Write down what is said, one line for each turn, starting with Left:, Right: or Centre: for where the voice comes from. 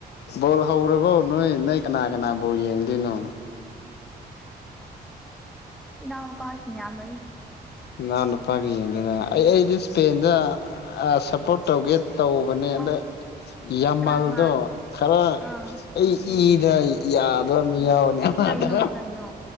Left: ꯕꯣꯜ ꯍꯧꯔꯕꯣ ꯅꯣꯏ ꯅꯣꯏ ꯀꯅꯥ ꯀꯅꯥ ꯕꯣꯜ ꯌꯦꯡꯗꯣꯏꯅꯣ
Centre: ꯏꯅꯥ ꯄꯥꯁꯅꯤ ꯌꯥꯝ ꯃꯥꯏ
Left: ꯏꯅꯥꯎꯅꯨꯄꯥꯒꯤ ꯌꯦꯡꯗꯅ ꯑꯩ ꯑꯩꯗꯤ ꯏꯁ꯭ꯄꯦꯟꯗ ꯁꯞꯄꯣꯔꯠ ꯇꯧꯒꯦ ꯇꯧꯕꯅꯦ ꯑꯗ
Centre: ꯑꯣ
Left: ꯌꯥꯝꯃꯜꯗꯣ
Centre: ꯀꯅꯥ ꯀꯅꯥ
Left: ꯈꯔ
Centre: ꯑꯥ
Left: ꯑꯩ ꯏ ꯌꯥꯗꯕ ꯃꯤ ꯌꯥꯎ ꯃꯥꯗ
Centre: ꯀꯩꯅꯣ ꯀꯩꯅꯣ